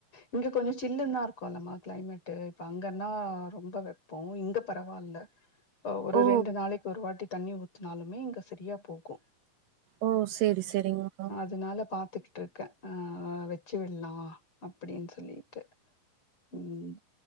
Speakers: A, on the left; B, on the right.
A: இங்க கொஞ்சொ சில்லுன்தா இருக்கு நம்ம க்ளைமெட்டு இப்போ அங்கன்னா ரொம்ப வெப்போ இங்க பரவால்ல அ ஒரு
B: ஓ
A: ரெண்டு நாளைக்கு ஒரு வாட்டி தண்ணி ஊத்துனாலுமே இங்க சரியா போகு
B: ஓ சேரி சேரிங்கமா
A: அதுனால பாத்துக்கிட்ருக்க ஆ வச்சு வில்லா அப்டின் சொல்லிட்டு ம்